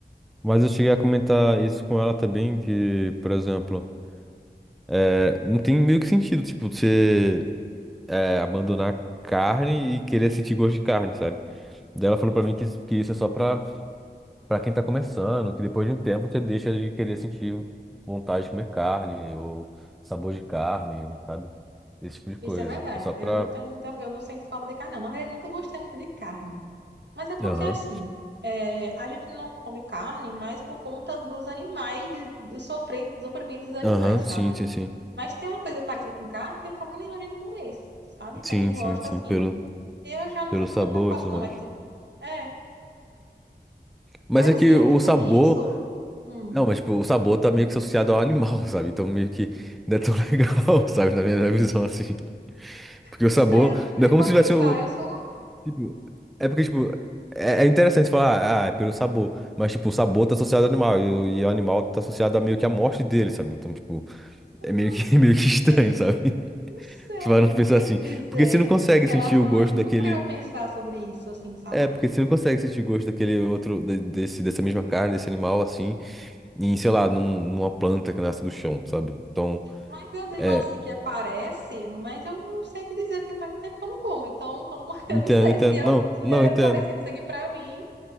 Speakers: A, in the centre; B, on the right (about 85°).
A: Mas eu cheguei a comentar isso com ela também, que, por exemplo, é, não tem meio que sentido, tipo, você é, abandonar carne e querer sentir gosto de carne, sabe? Daí ela falou pra mim que, isso- que isso é só pra, pra quem tá começando, que depois de um tempo você deixa de querer sentir vontade de comer carne, ou sabor de carne, sabe? Esse tipo de coisa.
B: Isso é verdade.
A: É só pra.
B: Eu não tenho muita, eu não sinto falta de carne, não. Na verdade, eu nunca gostei muito de carne. Mas é porque
A: Aham.
B: assim, é, a gente não come carne mais por conta dos animais, de- do sofre- do sofrimento dos animais,
A: Aham, sim,
B: sabe?
A: sim, sim.
B: Mas tem uma coisa parecida com carne, não tem problema nenhum a gente comer, sabe? Pra
A: Sim,
B: quem gosta,
A: sim, sim,
B: assim.
A: pelo,
B: Eu já não
A: pelo
B: sinto
A: sabor
B: tanta falta,
A: e tudo
B: não.
A: mais.
B: Mas, tem- é.
A: Mas
B: Mas
A: é
B: assim,
A: que
B: eu
A: o
B: digo
A: sabor.
B: isso. hum,
A: Não, mas tipo, o sabor tá meio que associado ao animal, <laughs> sabe? Então meio que não é tão <laughs> legal, sabe? Na minha na minha visão, assim. Porque
B: não
A: o sabor.
B: sei, eu não parei
A: Não é como
B: pra
A: se
B: pensar.
A: tivesse.
B: Eu só.
A: Tipo, é porque, tipo, é, é interessante falar, ah, é pelo sabor. Mas, tipo, o sabor tá associado ao animal. E o, e o animal tá associado a meio que a morte dele, sabe? Então, tipo,
B: hum,
A: é meio
B: Não
A: que, <laughs> é meio que
B: sei.
A: estranho, sabe? <laughs>
B: Não sei,
A: Você vai não pensar
B: não sei
A: assim.
B: o que dizer
A: Porque você não consegue
B: em
A: sentir
B: relação
A: o gosto
B: a isso.
A: daquele.
B: Nunca parei pra pensar sobre isso, assim, sabe?
A: É, porque você não consegue sentir o gosto daquele outro, de- desse, dessa mesma carne, desse animal, assim, em, sei lá, num- numa planta que nasce do chão, sabe? Então,
B: Mas eu digo
A: é.
B: assim que aparece, mas eu não sei o que dizer, porque faz um tempo que eu não como. Então, como <laughs> eu
A: Entendo,
B: não sei
A: entendo.
B: se realmente
A: Não, não
B: é
A: entendo.
B: parecido. Eu sei que pra mim,